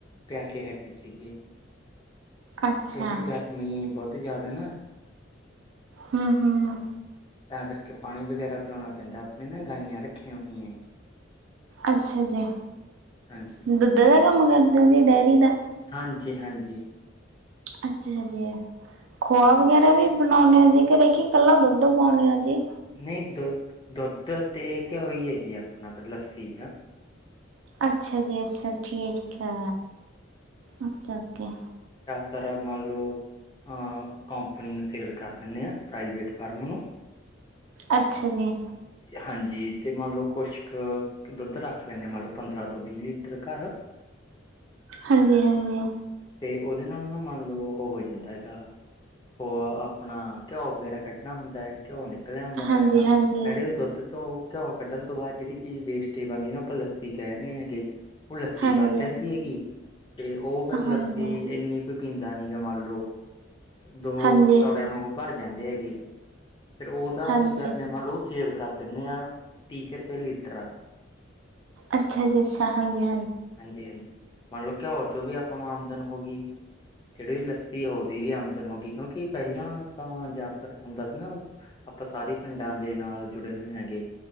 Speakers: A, on the left (about 25°); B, on the right (about 85°).
A: ਪਿਆ ਕੇ ਹਟੇ ਸੀਗੇ।
B: ਅੱਛਾ
A: ਕਿਉਂਕਿ, ਗਰਮੀ ਬਹੁਤ ਜ਼ਿਆਦਾ ਨਾ।
B: ਹਮ ਹਮ।
A: ਤਾਂ ਕਰਕੇ ਪਾਣੀ ਵਗੈਰਾ ਪਿਉਣਾ ਪੈਂਦਾ ਆਪਣੇ ਨਾ ਗਾਈਆਂ ਰੱਖੀਆਂ ਹੋਈਆਂ।
B: ਅੱਛਾ ਜੀ।
A: ਹਾਂਜੀ
B: ਦੁੱਧ ਦਾ ਕੰਮ ਕਰਦੇ ਆ ਜੀ ਡੇਅਰੀ ਦਾ।
A: ਹਾਂਜੀ ਹਾਂਜੀ।
B: ਅੱਛਾ ਜੀ ਖੋਆ
A: ਹਾਂਜੀ
B: ਵਗੈਰਾ ਵੀ ਬਣਾਉਣੇ ਹ ਜ ਦੇਖੀ ਇਕੱਲਾ ਦੁੱਧ ਪਾਉਣੀ ਆ ਜੀ
A: ਨਹੀਂ ਦੁ ਦੁੱਧ ਤੇ ਘਿਓ ਹੈ ਜੀ ਆਪਣਾ ਤਾਂ ਲੱਸੀ
B: ਅੱਛਾ ਜੀ ਅੱਛਾ ਠੀਕ ਹੈ ਓ ਓਕੇ।
A: ਤਰ੍ਹਾਂ ਮੰਨ ਲਓ ਅ ਕੰਪਨੀ ਨੂੰ ਸੇਲ ਕਰ ਦਿੰਦੇ ਹਾਂ ਪ੍ਰਾਈਵੇਟ ਫਰਮ ਨੂੰ।
B: ਅੱਛਾ ਜੀ।
A: ਹਾਂਜੀ ਤੇ ਮੰਨ ਲਓ ਕੁਛ ਕੁ ਦੁੱਧ ਰੱਖ ਲੈਂਦੇ ਮੰਨ ਲਓ ਪੰਦਰਾਂ ਤੋਂ ਵੀਹ ਲੀਟਰ ਘਰ
B: ਹਾਂਜੀ ਹਾਂਜੀ।
A: ਤੇ ਉਹਦੇ ਨਾਲ ਨਾ ਮੰਨ ਲਓ ਉਹ ਹੋ ਜਾਂਦਾ ਹੈਗਾ। ਹੋ ਆਪਣਾ ਘਿਓ ਵਗੈਰਾ ਕੱਢਣਾ ਹੁੰਦਾ ਹੈ ਘਿਓ ਨਿਕਲ ਨੱਕਲਿਆ ਹੁੰਦਾ ਨਾਲੇ
B: ਹਾਂਜੀ
A: ਤਾਂ
B: ਹਾਂਜੀ
A: ਨੜੇ ਦੁੱਧ ਤੋਂ ਘਿਉਂ ਕੱਢਣ ਤੋਂ ਬਾਅਦ ਜਿਹੜੀ ਚੀਜ਼ ਵੇਸਟੇਜ ਆਉਂਦੀ ਆਪਾਂ ਲੱਸੀ ਕਹਿ ਦਿੰਦੇ ਹ ਹੈਗੇ। ਉਹ ਲੱਸੀ
B: ਹਾਂਜੀ
A: ਵੱਚ ਜਾਂਦੀ ਹੈਗੀ ਤੇ ਉਹ ਫੇਰ ਲੱਸੀ
B: ਹਾਂਜੀ
A: ਇੰਨੀ ਕੁ ਪੀਂਦਾ ਨੀ ਗਾ ਮੰਨ ਲਓ। ਦੋ
B: ਹਾਂਜੀ
A: ਤੌੜਿਆਂ, ਵਾਂਗੂ ਭਰ ਜਾਂਦੇ ਹੈਗੇ। ਫੇਰ, ਉਹਦਾ
B: ਹਾਂਜੀ
A: ਕੀ ਕਰਦੇ ਆ । ਮੰਨ ਲਓ ਸੇਲ ਕਰ ਦਿੰਦੇ ਆਂ। ਤੀ ਕੁ ਰੁਪਏ ਲੀਟਰ ਆ?
B: ਅੱਛਾ ਜੀ ਅੱਛਾ ਹਾਂਜੀ
A: ਹਾਂਜੀ- ਹਾਂਜੀ, ਮੰਨ ਲੋ ਘਿਓ ਚੋ ਵੀ ਆਪ ਹੁਣ, ਆਮਦਨ ਹੋ ਗਈ। ਜਿਹੜੀ ਲੱਸੀ ਉਹਦੀ ਵੀ ਆਮਦਨ ਹੋ ਗਈ। ਕਿਉਂਕਿ, ਪਹਿਲਾਂ, ਤਾਂ ਜ਼ਿਆਦਾਤਰ ਹੁੰਦਾ ਸੀ ਨਾ। ਆਪਾਂ, ਸਾਰੇ ਪਿੰਡਾਂ ਦੇ ਨਾਲ ਜੁੜੇ ਹੋਏ ਹੈਗੇ।